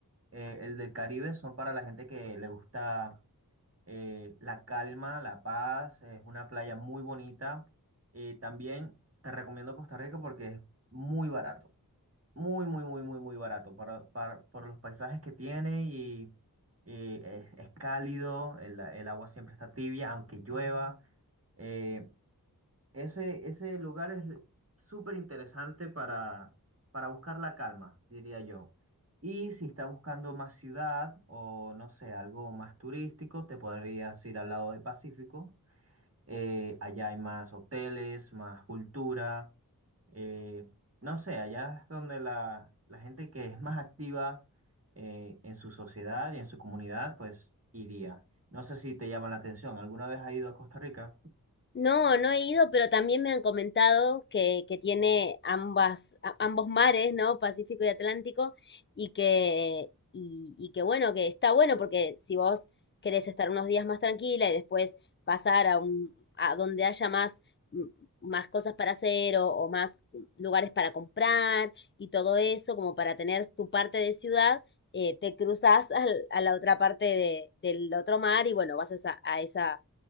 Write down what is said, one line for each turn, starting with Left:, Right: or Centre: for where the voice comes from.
Right: Eh, el del Caribe son para la gente que le gusta eh, la calma, la paz, es una playa muy bonita. Eh, también te recomiendo Costa Rica porque es muy barato. Muy, muy, muy, muy, muy barato para, para- por los paisajes que tiene y, y es, es cálido, el, el agua siempre está tibia, aunque llueva. Eh, ese, ese lugar es súper interesante para, para buscar la calma, diría yo. Y si estás buscando más ciudad o no sé, algo más turístico, te podrías ir al lado del Pacífico eh, allá hay más hoteles, más cultura. eh, no sé, allá es donde la, la gente que es más activa eh, en su sociedad y en su comunidad, pues iría. No sé si te llama la atención. ¿Alguna vez has ido a Costa Rica?
Left: No, no he ido, pero también me han comentado que, que tiene ambas, a- ambos mares, ¿no? Pacífico y Atlántico, y que, y, y que bueno, que está bueno, porque si vos querés estar unos días más tranquila y después pasar a un, a donde haya más, mm, más cosas para hacer o, o más lugares para comprar y todo eso, como para tener tu parte de ciudad, eh, te cruzas al- a la otra parte de- del otro mar y bueno, vas a esa, a esa